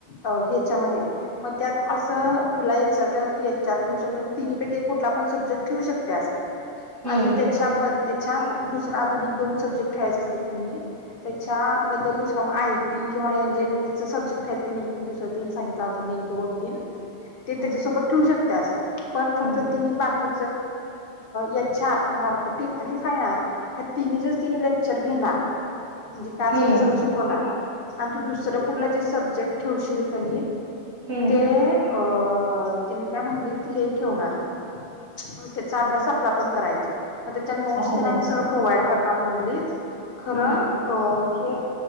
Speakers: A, on the left; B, on the right.
A: ह्याच्यामध्ये मग त्यात असं तुला एक <unintelligible> तिनहीपैकी कुठला पण सब्जक्ट ठेवू शकतेस
B: हम्म
A: आणि त्याच्याब त्याच्या दुसरा अजून एक दोन सब्जेक्ट ठेवायचे असतात क नाही त्याच्याबद्दल दुसरा आयटी किंवा हे म्हणजे ह्याच सब्जेक्टेत क एक एक दुसरं तीन सांगितलं अजून एक दोन तीन ते त्याच्यासोबत
B: हम्म
A: ठेवू शकतो असं पण फक्त
B: हम्म
A: तिने बाकी याच्यात मार्केटिंग आणि फायनान्स ह तिनचच ति लेक्चर घेणार म्हणजे काय असं
B: हम्म
A: ते सगळं शिकवणार आणि तू दुसरं कुठला जे सब्जेक्ट ठेवशील क
B: हम्म.
A: ते अ तिने काय म्हटली हे ठेवणार हो त्याचा अभ्यास आपला पण करायचा म त्याच्या नो्स
B: अगो
A: त्यांना
B: बाई
A: आही सगळ प्रोवाइड करणार म्हणलीच खरं
B: हम्म
A: अ हे